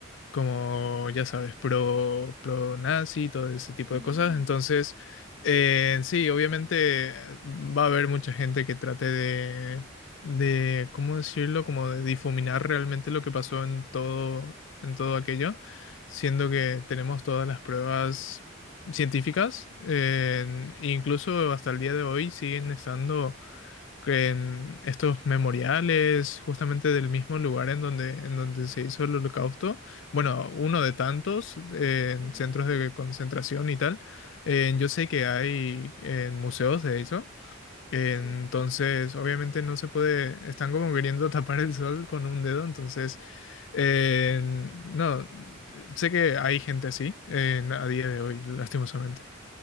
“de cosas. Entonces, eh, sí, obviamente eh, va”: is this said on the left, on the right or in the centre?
Left